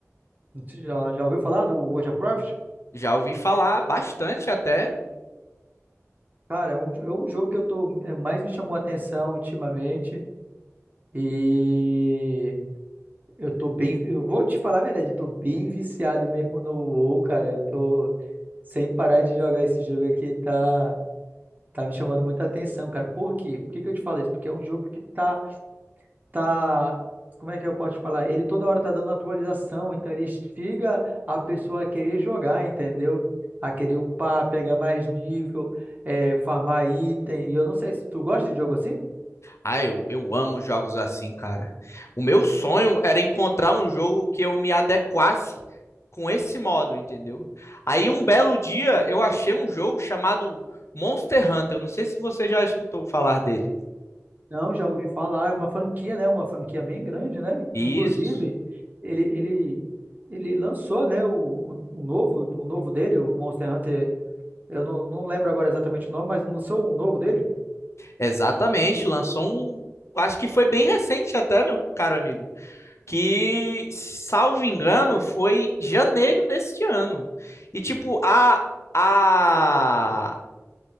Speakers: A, on the right; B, on the left.
A: Você Já, já ouviu falar do World of Warcraft?
B: Já ouvi falar bastante até.
A: Cara, é um, é um jogo que eu tô, é, mais me chamou a atenção ultimamente. E Eu tô bem. Eu vou te falar a verdade, eu tô bem viciado mesmo no WoW, cara. Eu tô sem parar de jogar esse jogo aqui, tá, tá me chamando muita atenção, cara. Por quê? Por que que eu te falo isso? Porque é um jogo que tá, tá. Como é que eu posso te falar? Ele toda hora tá dando atualização, então ele instiga a pessoa a querer jogar, entendeu? A querer upar, pegar mais nível, é, farmar item. E eu não sei se tu gosta de jogo assim?
B: Ah, eu, eu amo jogos assim, cara. O meu sonho era encontrar um jogo que eu me adequasse com esse modo, entendeu? Aí um belo dia eu achei um jogo chamado Monster Hunter. Eu não sei se você já escutou falar dele.
A: Não, já ouvi falar, é uma franquia, né? Uma franquia bem grande, né?
B: Isso.
A: Inclusive, ele, ele, ele lançou, né, o, o novo, o novo dele, o Monster Hunter. Eu não, não lembro agora exatamente o nome, mas lançou o novo dele.
B: Exatamente, lançou um. Acho que foi bem recente até, meu caro amigo. Que, salvo engano, foi janeiro deste ano. E, tipo, a, a,